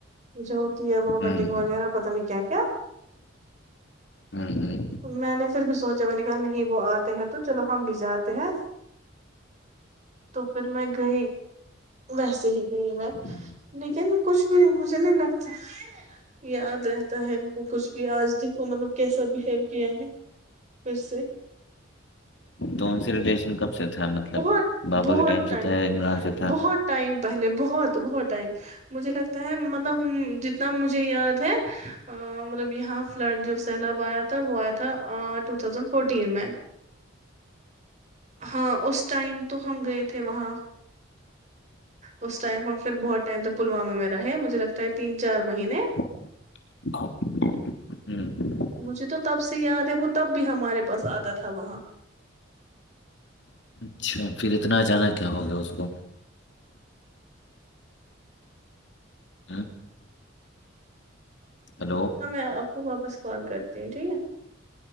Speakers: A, on the right; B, on the left.
A: جو ہوتی ہے ومیٹنگ
B: ہوں
A: وغیرہ پتا نہیں کیا کیا
B: ہوں ہوں
A: میں نے پھر بھی سوچا میں نے کہا نہیں وہ آتے ہیں تو چلو ہم بھی جاتے ہیں تو پھر میں گئی ویسے ہی گئی میں
B: ہوں
A: لیکن کچھ بھی مجھے نہیں لگتا یاد رہتا ہے ان کو کچھ بھی آج دکھو مطلب کیسا بہیو کیا ہے پھر سےے
B: تو ان سے ریلیشن کب سے تھا مطلب
A: بہت
B: بابا
A: بہت
B: کے ٹائم سے تھا یا عمران سے تھا
A: بہت ٹائم پہلے بہت بہت ٹائم مجھے لگتا ہے مطلب جتنا مجھے یاد ہے مطلب یہاں فلڈ جو سیلاب آیا تھا وہ آیا تھا ٹو تھاؤزینڈ فورٹین میں ہاں اس ٹائم تو ہم گئے تھے وہاں اس ٹائم ہم پھر بہت ٹائم تک پلوامہ میں رہے مجھے لگتا ہے تین چار مہینے
B: ہوں
A: مجھے تو تب سے یاد ہے وہ تب بھی ہمارے پاس آتا تھا وہاں
B: اچھا پھر اتنا ا جانا کیا ہو گیا اس کو ہی ہیلو
A: ہاں میں آپ کو واپس کال کرتی ہوں ٹھیک ہے